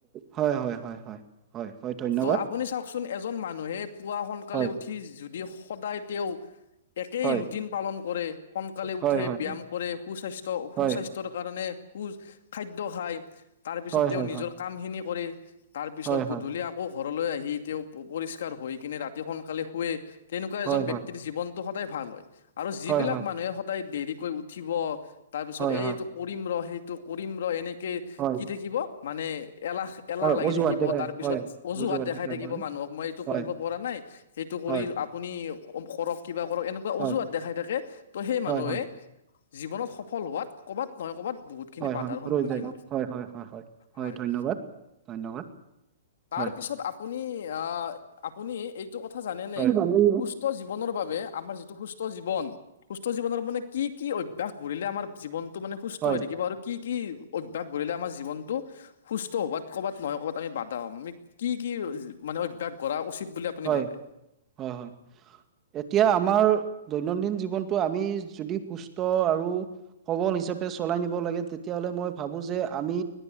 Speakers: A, on the right (about 25°); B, on the left (about 65°).
A: হয় হয় হয় হয় হয় হয় ধন্যবাদ
B: ত' আপুনি চাওকচোন এজন মানুহে পুৱা সোনকালে
A: হয়
B: উঠি। উঠি যদি সদায় তেওঁ। একেই
A: হয়
B: ৰুটিন পালন কৰে। সোনকালে উঠে
A: হয় হয়
B: ব্যায়াম কৰে সুস্বাস্থ্য
A: হয়
B: সুস্বাস্থ্যৰ কাৰণে। খুজ, খাদ্য খায়, তাৰপিছত
A: হয়
B: তেওঁ
A: হয়
B: নিজৰ কামখিনি কৰে। তাৰ পিছত
A: হয়
B: গধূলি
A: হয়
B: আকৌ ঘৰলৈ আহি তেওঁ। পৰিষ্কাৰ হৈ কিনে ৰাতি সোনকালে শুৱে, তেনেকুৱা
A: হয়
B: এজন
A: হয় হয়
B: ব্যক্তিৰ জীৱনতটো সদায় ভাল হয়। আৰু যিবিলাক
A: হয় হয় হয়
B: মানুহে সদায় দেৰিকৈ উঠিব তাৰ পিছত
A: হয়
B: এইটো কৰিম ৰ, সেই টো কৰিম ৰ, এনেক
A: হয় হয়
B: কি থাকিব মানে এলাহ, এলাহ
A: হয়
B: লাগি
A: অজুহাত
B: থাকিব।
A: দেখাই
B: তাৰ পিছত
A: হয়
B: অজুহাত দেখাই থাকিব
A: হয়
B: মানুহ হ মই এইটো
A: হয়
B: কৰিব পৰা নাই, সেইটো কৰি
A: হয়
B: আপুনি কৰক, কিবা কৰক এনেকুৱা
A: হয়
B: অজুহাত দেখাই থাকে। ত' সেই
A: হয়
B: মানুহে
A: হয়
B: জীৱনত সফল হোৱাত ক'বাত নহয় ক'বাত খিনি
A: হয়
B: বাধাৰ
A: হয় হয়
B: সন্মুখীন
A: ৰৈ যায়
B: হয়।
A: হয় হয়
B: হয়'।
A: ধন্যবাদ ধন্যবাদ
B: তাৰপিছত
A: হয়
B: আপুনি আহ আপুনি এইটো কথা জানেনে
A: হয় হয়
B: সুস্থ জীৱনৰ বাবে আমাৰ যিটো সুস্থ জীৱন সুস্থ জীৱনৰ মানে কি কি অভ্যাস গঢ়িলে আমাৰ জীৱনটো মানে সুস্থ
A: হয়
B: হৈ থাকিব আৰু কি কি অভ্যাস গঢ়িলে আমাৰ জৱনটো সুস্থ হোৱাত ক'বাত নহয় ক'বাত আমি বা আমি কি কি মানে অভ্যাস গঢ়া উচিত বুলি আপুনি
A: হয়
B: ভাবে
A: হয় হয় এতিয়া আমাৰ দৈনন্দিন জীৱনতটো আমি যদি সুস্থ আৰু সবল হিচাপে চলাই নিব লাগে তেতিয়া ফালে মই ভাবো যে আমি